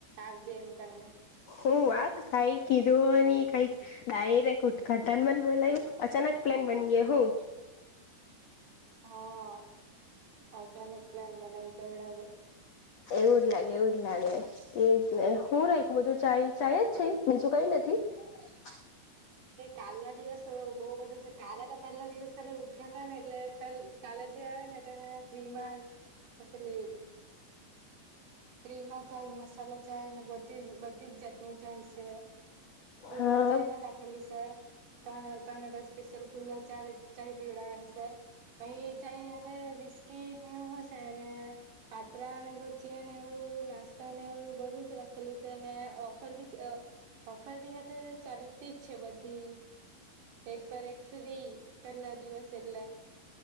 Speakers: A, on the right (about 90°); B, on the left (about 55°).
A: આવજે એમ કરીને
B: હું વાત કાઈ કીધું નની કઈક ડાયરેક્ટ ઉદઘાટન માં જ બોલાયું અચાનક પ્લેન બની ગયો હું <inaudible>
A: હા અચાનક પ્લાન બનાવી કાઢ્યા છે.
B: એવું એવું જ લાગે એવું જ લાગે એ જ હું રા બધું ચ ચા જ છે બીજું કઈ નથી હ
A: કાલ ના દિવસ તો બહુ વધે છે કાલે તો પહેલા દિવસ કાલે ઉદ્ઘાટ ને એટલે પર કાલે જે આવે ને ફ્રીમાં પેલ એ હ્ ફ્રી માં ચાય મસાલા ચાય અને બધી બધી જ જાતની ચાય છે. કુલર
B: હા
A: ચાઇ હે અ રા ખેલી સ તને તને દસ સ્પેસલ કુલર ચાર ચાય પીડાવાંની છે. પહી ચાઈ હાથે બિસ્કીટ ને એવું હશેય ને પાત્રા અને ભજીયાને એવું નાસ્તા ને એવું બધું જ રાખેલું છે અને ઓફર બી ઓફર બી હાતે ચાલતી જ છે બધી એક પર એક ફ્રી પેહલા દિવસ એટલે